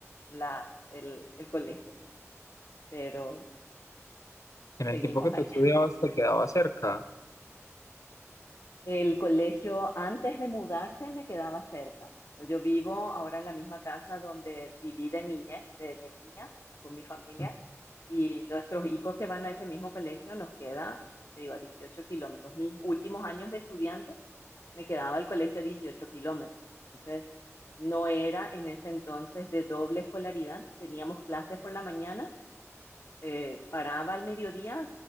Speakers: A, on the left; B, on the left.
A: la, el, el colegio, pero
B: En
A: seguimos
B: el tiempo que tú
A: ahí.
B: estudiabas, te quedaba cerca.
A: El colegio antes de mudarse me quedaba cerca. Yo vivo ahora en la misma casa donde viví de niñez, de, de niña, con mi familia,
B: ujú.
A: y nuestros hijos que van a ese mismo colegio nos queda, como te digo, a 18 kilómetros. Mis últimos años de estudiante me quedaba al colegio 18 kilómetros. Entonces, no era en ese entonces de doble escolaridad, teníamos clases por la mañana eh, paraba al mediodía,